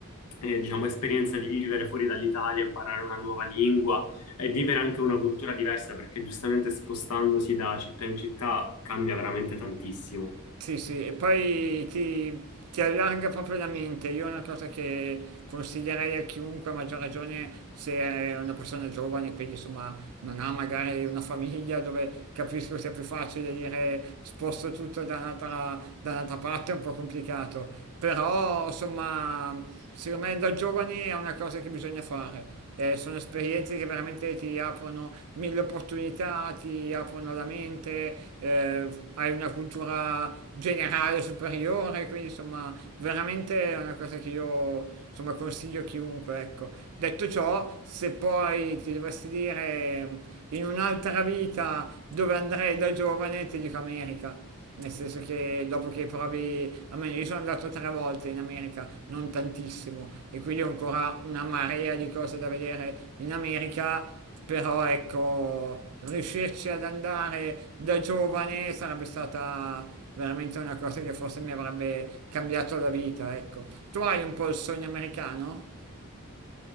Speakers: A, on the left; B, on the right.
A: eh, diciamo, esperienza di vivere fuori dall'Italia, imparare una nuova lingua e vivere anche una cultura diversa, perché giustamente spostandosi da città in città cambia veramente tantissimo.
B: Sì, sì, e poi ti, ti allarga proprio la mente. Io è una cosa che consiglierei a chiunque, a maggior ragione se è una persona giovane, quindi insomma non ha magari una famiglia dove capisco sia più facile dire sposto tutto da un'altra da un'altra parte, è un po' complicato. Però insomma secondo me da giovani è una cosa che bisogna fare. Eh, sono esperienze che veramente ti aprono mille opportunità, ti aprono la mente, eh, hai una cultura generale superiore, quindi insomma veramente è una cosa che io insomma, consiglio a chiunque. Ecco. Detto ciò, se poi ti dovessi dire in un'altra vita dove andrei da giovane, ti dico America nel senso che dopo che provi, almeno io sono andato tre volte in America, non tantissimo, e quindi ho ancora una marea di cose da vedere in America, però ecco, riuscirci ad andare da giovane sarebbe stata veramente una cosa che forse mi avrebbe cambiato la vita, ecco. Tu hai un po' il sogno americano?